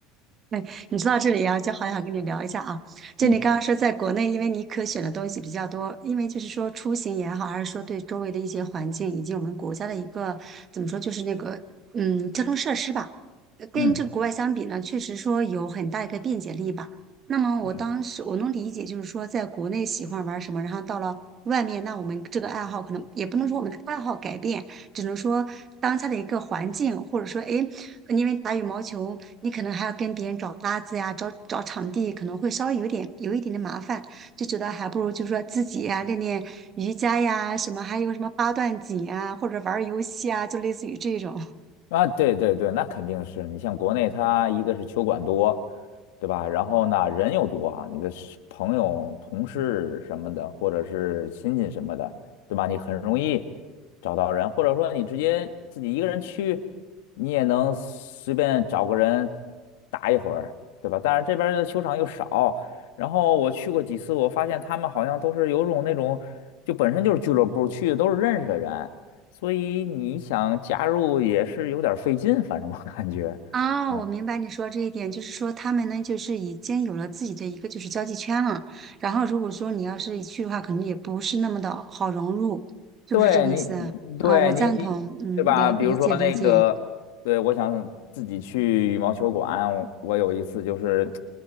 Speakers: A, on the right; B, on the left.
A: 哎，你说到这里啊，就好想跟你聊一下啊。就你刚刚说，
B: 嗯。
A: 在国内，因为你可选的东西比较多，因为就是说出行也好，还是说对周围的一些环境，以及我们国家的一个怎么说，就是那个嗯交通设施吧，呃跟这个国外相比呢，
B: 嗯
A: 确实说有很大一个便捷力吧。那么我当时我能理解，
B: 嗯
A: 就是说在国内喜欢玩什么，然后到了外面，那我们这个爱好可能也不能说我们的爱好改变，只能说当下的一个环境，或者说哎因为打羽毛球，你可能还要跟别人找搭子呀，找找场地，可能会稍微有点有一点点麻烦，就觉得还不如就说自己呀练练瑜伽呀，什么还有什么八段锦啊，或者玩儿游戏啊，就类似于这种。<laughs>
B: 啊，对对对，那肯定是你像国内，它一个是球馆多，对吧？然后呢，人又多啊，你的是朋友、同事什么的，或者是亲戚什么的，对吧？你很容易找到人，或者说你直接自己一个人去，你也能随便找个人打一会儿，对吧？但是这边儿的球场又少，然后我去过几次，我发现他们好像都是有种那种，就本身就是俱乐部去的都是认识的人。所以你想加入也是有点儿费劲，反正我感觉，
A: 啊，
B: 嗯。
A: 我明白你说这一点，就是说他们呢，就是已经有了自己的一个就是交际圈了，然后如果说你要是一去的话，可能也不是那么的好融入，是不是这个意思啊，
B: 对你，
A: 啊我赞同，
B: 对你，你对吧？
A: 嗯，了理解理解。
B: 比如说那个，对，我想自己去羽毛球馆。我我有一次就是，